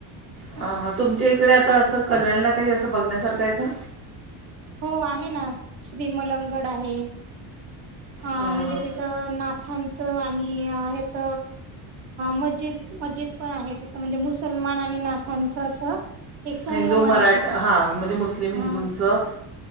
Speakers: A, on the right; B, on the right.
A: हा हा तुमच्या इकडे आता असं कल्याणला काही असं बघण्यासारखं आहे का.
B: हो आहे ना श्री मलगड आहे ह
A: हां
B: म्हणजे
A: हां
B: तिथं ना आमचं आणि ह्याच मस्जिद मस्जिद पण आहे तिथं म्हणजे मुसलमान आणि नाकांच असं एक संगम
A: हिंदू
B: आहे
A: मराठ
B: तिथं
A: हा म्हणजे मुस्लिम हिंदूंचं
B: हा